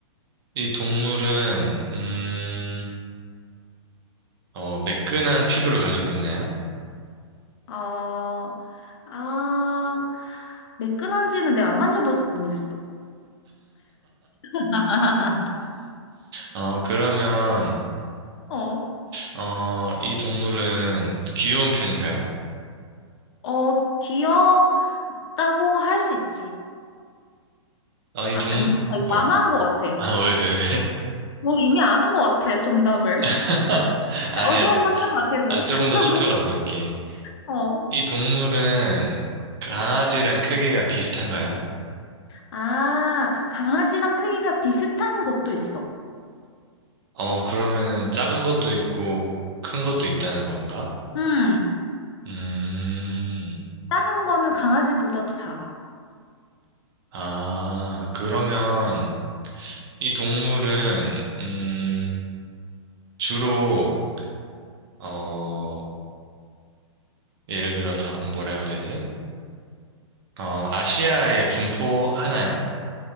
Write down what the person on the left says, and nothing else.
어, 아, 매끈한지는 내가 안 만져봐서 모르겠어. <laughs>
어,
어, 귀엽다고 할 수 있지.
아,
잠시, 나 이거
망한 것
같아.
뭐 이미 아는 것 같아, 정답을.
네, 어디 한번 해봐, 계속.
<laughs>
어.
아, 강아지랑 크기가 비슷한 것도 있어.
음,
작은 거는 강아지보다도 작아.